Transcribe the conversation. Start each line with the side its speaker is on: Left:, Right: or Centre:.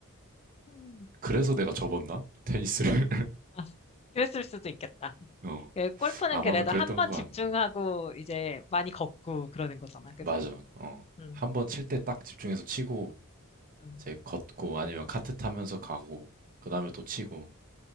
Left: 음.
Right: 그래서 내가 접었나? 테니스를?
Left: 아, 그랬을 수도 있겠다.
Right: <laughs> 어
Left: 그 골프는
Right: 아마도
Left: 그래도
Right: 그랬던
Left: 한 번
Right: 거
Left: 집중하고
Right: 같네.
Left: 이제 많이 걷고 그러는 거잖아, 그지?
Right: 맞아. 어
Left: 음,
Right: 한번 칠 때 딱 집중해서 치고
Left: 음.
Right: 이제 걷고 아니면 카트 타면서 가고 그 다음에 또 치고